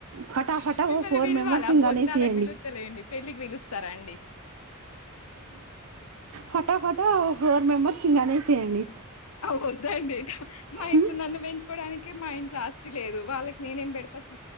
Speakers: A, on the right; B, on the left.
A: ఫటాఫటా
B: మిమ్మల్ని
A: ఓ ఫోర్
B: పిలవాలా?
A: మెంబర్స్ ని
B: భోజనాలకు
A: గనేసెయండి
B: పిలుత్తలేండి. పెళ్ళికి పిలుస్తారా అండి?
A: ఫటాఫట ఫోర్ మెంబర్స్ని గనేసేయండి
B: అ వద్దండి ట మా ఇంట్లో
A: ఉమ్
B: నన్ను వేంచుకోడానికి మా ఇంట్ల ఆస్ స్థి లేదు వాళ్ళకి నేనేం పెడతా ఫూ